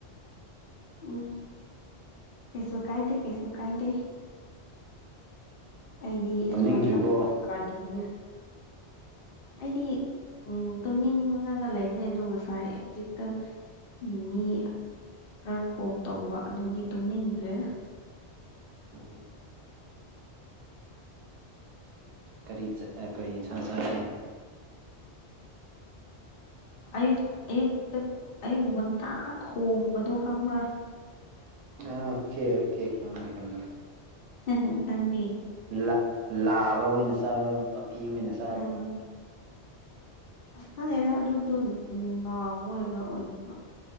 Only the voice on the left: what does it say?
ꯎꯝ ꯀꯩꯁꯨ ꯀꯥꯏꯗꯦ ꯀꯩꯁꯨ ꯀꯥꯏꯗꯦ ꯑꯩꯗꯤ
ꯏꯁ ꯄꯥꯢꯈꯠ ꯇ꯭ꯔꯗꯤꯅ ꯑꯩꯗꯤ ꯎꯝ ꯇꯨꯝꯅꯤꯡꯉꯒ ꯂꯩꯕꯅꯦ ꯑꯗꯣ ꯉꯁꯥꯏ ꯍꯧꯖꯤꯛꯇ ꯃꯤ ꯈꯔ ꯀꯣꯜ ꯇꯧꯕ ꯑꯗꯨꯒꯤ ꯇꯨꯝꯅꯤꯡꯗ꯭ꯔꯦ
ꯑꯌꯨꯛ ꯑꯌꯨꯛꯇ ꯑꯌꯨꯛ ꯉꯟꯇꯥ ꯈꯣꯡꯕꯗꯣ ꯈꯪꯕ꯭ꯔꯥ
ꯍꯥ ꯍꯥ ꯅꯪꯗꯤ
<unintelligible> ꯈꯪꯗꯦꯗ ꯗꯨꯗꯨ ꯎꯝ ꯅꯥꯕ ꯑꯣꯏꯕ꯭ꯔꯥ ꯑꯣꯏꯗꯕ